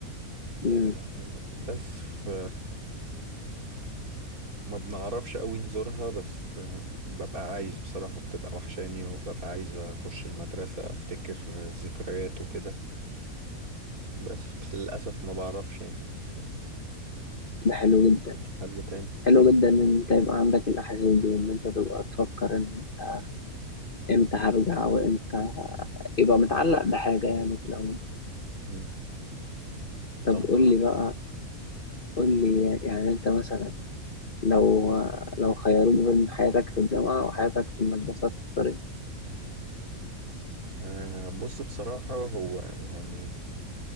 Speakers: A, on the left (about 40°); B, on the right (about 85°).
A: مم.
B: آه، بس ف ما بنعرفش قوي نزورها بس آه، ببقى عايز بصراحة بتبقى وحشاني وببقى عايز أخش المدرسة أفتكر الذكريات وكده بس بس للأسف ما بعرفش يعني بس
A: ده حلو جدا
B: مش حل تاني
A: حلو
B: م-
A: جدا ان انت يبقى عندك الاحاسيس دي وان انت تبقى تفكر ان انت امتى هرجع وامتى يبقى متعلق بحاجة يعني في العموم
B: م.
A: طب
B: طبعا
A: قول لي بقى قول لي يعني انت مثلا لو لو خيروك بين حياتك في الجامعة وحياتك في المدرسة تختار ايه؟
B: آه، بص بصراحة هو يعني